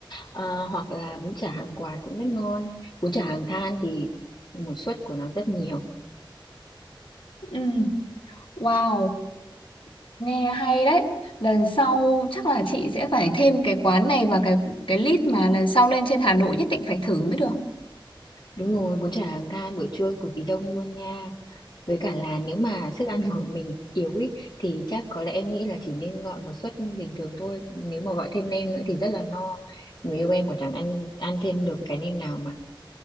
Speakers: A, on the left (about 55°); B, on the left (about 80°).
A: Ờ, hoặc là bún chả hàng quạt cũng rất ngon. Bún chả Hàng Than thì một suất của nó rất nhiều.
B: Ừ. Wow, nghe hay đấy. Lần sau chắc là chị sẽ phải thêm cái quán này vào cái cái list mà lần sau lên trên Hà Nội nhất định phải thử mới được.
A: Đúng rồi, bún chả Hàng Than buổi trưa cực kỳ đông luôn nha. Với cả là nếu mà sức ăn của mình yếu ý, thì chắc có lẽ em nghĩ là chỉ nên gọi một suất bình thường thôi. Nếu mà gọi thêm nem nữa thì rất là no. Người yêu em còn chẳng ăn ăn thêm được cái nem nào mà.